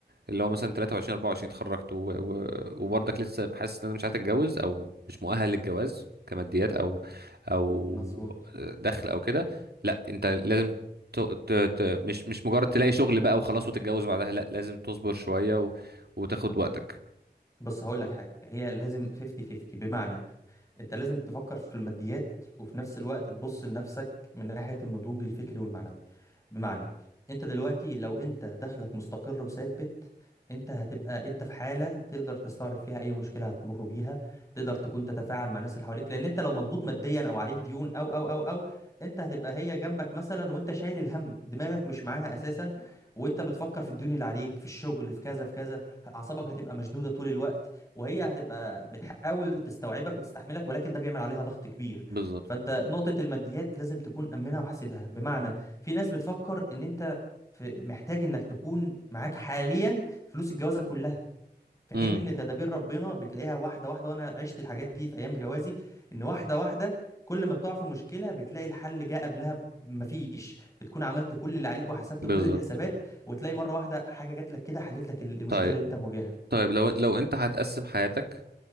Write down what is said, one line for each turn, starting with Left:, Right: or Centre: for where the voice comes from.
Right: اللي هو مثلا 23 24 اتخرجت و... و... وبرضك لسه حاسس ان انا مش عايز اتجوز او مش مؤهل للجواز كماديات او او
Left: مظبوط
Right: دخل او كده لا انت لازم ت... ت... ت... مش مش مجرد تلاقي شغل بقى وخلاص وتتجوز بعدها لا لازم تصبر شوية و... وتاخد وقتك
Left: بص هقول لك حاجه هي لازم 50 50 بمعنى انت لازم تفكر في الماديات وفي نفس الوقت تبص لنفسك من ناحية النضوج الفكري والمعنوي بمعنى انت دلوقتي لو انت دخلك مستقر وثابت انت هتبقى انت في حالة تقدر تستوعب فيها اي مشكلة هتمر بيها تقدر تكون تتفاعل مع الناس اللي حواليك لان انت لو مضغوط ماديا او عليك ديون او او او او انت هتبقى هي جنبك مثلا وانت شايل الهم دماغك مش معاها اساسا وانت بتفكر في الديون اللي عليك في الشغل في كذا في كذا اعصابك هتبقى مشدودة طول الوقت وهي هتبقى بتحاول تستوعبك وتستحملك ولكن ده بيعمل عليها ضغط كبير
Right: بالظبط
Left: فانت نقطة الماديات لازم تكون أمنها وحاسبها بمعنى في ناس بتفكر ان انت في محتاج انك تكون معاك حاليا فلوس الجوازة كلها في
Right: امم
Left: حين ان تدابير ربنا بتلاقيها واحدة واحدة وانا عشت الحاجات دي في ايام جوازي ان واحدة واحدة كل ما بتقع في مشكلة بتلاقي الحل جه قبلها مفيش بتكون عملت كل اللي عليك وحسبت
Right: بالظبط
Left: كل الحسابات وتلاقي مرة واحدة حاجة جات لك كده حلت لك المشكلة
Right: طيب
Left: اللي انت مواجهها
Right: طيب لو لو انت هتقسم حياتك